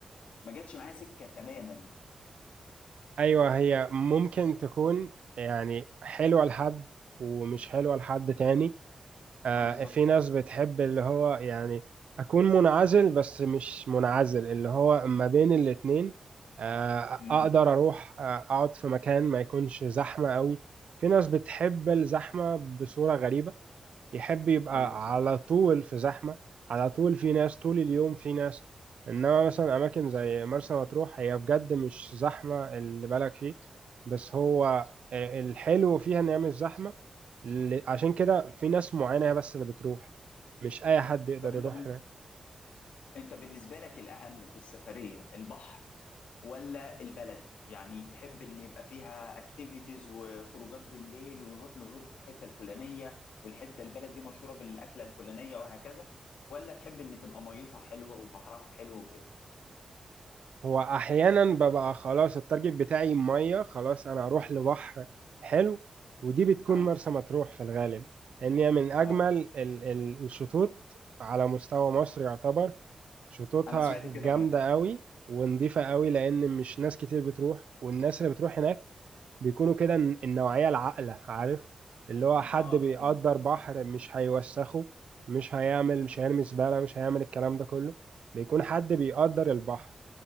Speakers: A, on the left; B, on the right.
A: ما جاتش معايا سكه تماما
B: أيوة هي ممكن تكون يعني حلوة لحد ومش حلوة لحد تاني آه،
A: اه بالظبط
B: في ناس بتحب اللي هو يعني أكون منعزل بس مش منعزل اللي هو ما بين الاتنين آه،
A: امم
B: أقدر أروح آه، أقعد في مكان ما يكونش زحمة قوي في ناس بتحب الزحمة بصورة غريبة يحب يبقى
A: ايوه صح
B: على طول في زحمة على طول في ناس طول اليوم في ناس انما مثلا اماكن زي مرسى مطروح هي بجد مش زحمة اللي بالك فيه بس هو آه، الحلو فيها ان هي مش زحمة ل- عشان كده في ناس معينة هي بس اللي بتروح مش اي حد يقدر
A: طب انت
B: يروح
A: بن...
B: هناك
A: انت بالنسبه لك الاهم في السفريه البحر ولا البلد يعني تحب ان يبقى فيها اكتيفيتيز وخروجات بالليل ونروح نزور في الحته الفلانيه والحته البلد دي مشهوره بالاكله الفلانيه وهكذا ولا تحب ان تبقى ميتها حلوه وبحرها حلو وكده
B: هو احيانا ببقى خلاص التارجت بتاعي ميه خلاص انا هروح لبحر حلو ودي بتكون
A: اه
B: مرسى مطروح في الغالب لان هي من اجمل
A: اه
B: ال- ال- الشطوط على مستوى مصر يعتبر شطوطها
A: انا سمعت
B: جامده
A: كده فعلا
B: قوي ونضيفه قوي لان مش ناس كتير بتروح والناس اللي بتروح هناك بيكونوا كده الن- النوعيه العاقله عارف اللي هو حد
A: اه
B: بيقدر
A: فاهم
B: بحر مش هيوسخه مش هيعمل مش هيرمي زباله مش هيعمل الكلام ده كله بيكون حد بيقدر البحر